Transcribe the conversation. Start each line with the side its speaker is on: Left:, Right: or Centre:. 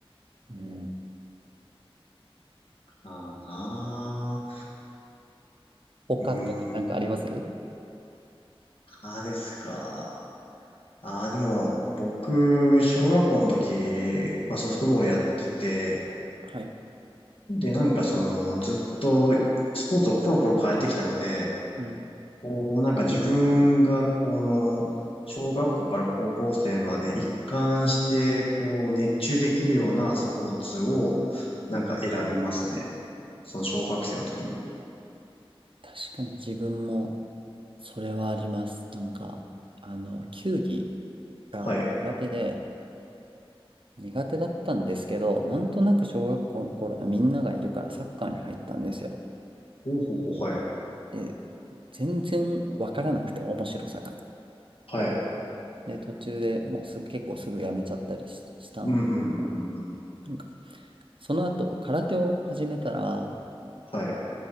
Right: うん。
Left: ああなあ、
Right: 他とかなんかあります
Left: うーん、ああですか。ああ、でも、僕、小学校の時、まあソフトボールやってて、
Right: はい。
Left: で、なんかその、ずっとスポーツをコロコロ変えてきたので、
Right: うん。
Left: こう、なんか自分がこの、小学校から高校生まで一貫して、こう、熱中できるようなスポーツを、なんか選びますね。その小学生の時に。
Right: 確かに自分もそれはあります。なんか、あの、球技が苦手で、
Left: はい。
Right: 苦手だったんですけど、なんとなく小学校の頃はみんながいるからサッカーに入ったんですよ。
Left: ほうほうほう、はい。
Right: で、全然わからなくて面白さが。
Left: はい。
Right: で、途中でもうすぐ、結構すぐやめちゃったりし、したんですけど、
Left: うん、うん、うん、うん、うん。
Right: なんか、その後空手を始めたら、
Left: はい。